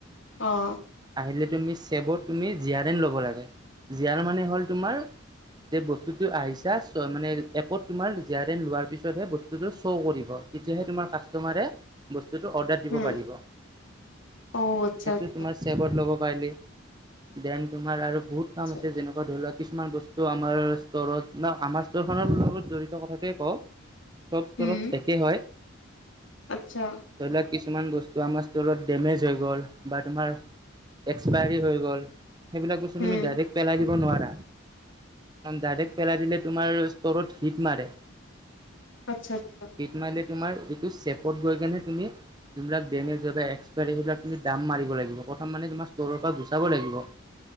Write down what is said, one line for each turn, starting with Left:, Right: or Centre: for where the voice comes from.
Left: অহ
Right: আহিলে তুমি চেভত তুমি জীয়াৰেন ল'ব লাগে জীয়াৰ মানে হ'ল তোমাৰ । যে বস্তুটো আহিছা মানে এপত তোমাৰ জীয়াৰেন লোৱাৰ পিছতহে বস্তুটো শ' কৰিব । ত তেতিয়াহে কাচটেমাৰে বস্তু বস্তুটো অৰ্ডাৰ দিব
Left: উম
Right: পাৰিব
Left: অ আচ্ছা
Right: সেইটোৱে
Left: আচ্ছা
Right: তোমাৰ চেভত লব । পালি ব্যয়াম তোমাৰ আৰু বহুত কাম আছে
Left: আচ্ছা
Right: যেনেকুৱা ধৰি লোৱা কিছুমান বস্তু ত' আমাৰ ষ্টৰত ন আমাৰ ষ্টৰ খনৰ লগত জৰি ত কথাটোৱে কওঁ চব ষ্টৰত
Left: উম
Right: একেই হয়
Left: আচ্ছা
Right: ধৰি লোৱা কিছুমান বস্তু আমাৰ ষ্টৰত ডেমেজ হৈ গল বা তোমাৰ এক্সপাইৰী হৈ গ'ল সেইবিলাক বস্তু
Left: উম
Right: তুমি ডাইৰেক্ট পেলাই দিব নোৱাৰা ডাইৰেক্ট পেলাই দিলে তোমাৰ ষ্টৰত হিট মাৰে
Left: আচ্ছা আচ্ছা
Right: হিট মাৰিলে তোমাৰ এইটো চেভ গৈ কেনি তুমি যোনবিলাক ডেমেজ হয় বা এক্সপাইৰী হয় সেইবিলাক তুমি দাম মাৰিব লাগিব প্ৰথম মানে তোমাৰ ষ্টৰৰ পৰা গুচাব লাগিব